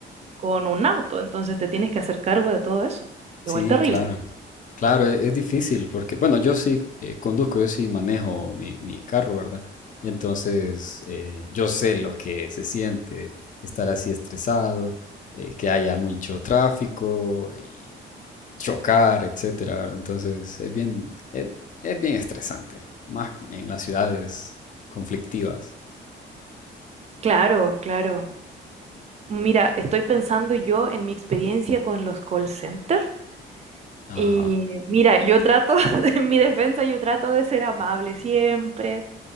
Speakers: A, on the right (about 35°); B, on the left (about 40°).
A: con un auto. Entonces te tienes que hacer cargo de todo eso.
B: Sí,
A: Igual terrible.
B: claro. Claro, e- es, difícil porque, bueno, yo sí eh, conduzco, yo sí manejo mi, mi carro, ¿verdad? Y Entonces, eh, yo sé lo que se siente estar así estresado, eh, que haya mucho tráfico y chocar, etcétera, ¿verdad? Entonces, es bien, es, es bien estresante, más en las ciudades conflictivas.
A: Claro, claro. Mira, estoy pensando yo en mi experiencia con los call center. Y
B: Ajá.
A: mira, yo trato, <laughs> en mi defensa, yo trato de ser amable siempre